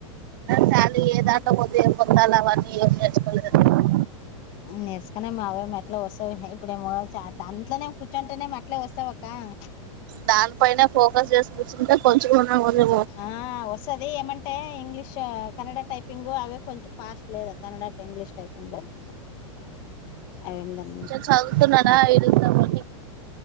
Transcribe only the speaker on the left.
ನೆರ್ಸಕನೆ ಮಾವೇಮ ಅಟ್ಲ ಒಸ್ವವೆ ಇಪ್ಪಡೇಮೋ ದಾಂಟ್ಲೇ ಕುರ್ಚುಂನೆಮ ಅಟ್ಲೇ ವಸಾವವೆ ಅಕ್ಕ
ಆ ವಸದಿ ಎಮಟೇ ಇಂಗ್ಲಿಷ್ ಕನ್ನಡ ಟೈಪಿಂಗ್ ಅವೆ ಕೊಂಚಾಮ್ ಪಾಸ್ಟ್ ಲೆದು ಕನ್ನಡ ಟು ಇಂಗ್ಲಿಷ್ ಟೈಪಿಂಗ್ <unintelligible> ದಾನೆ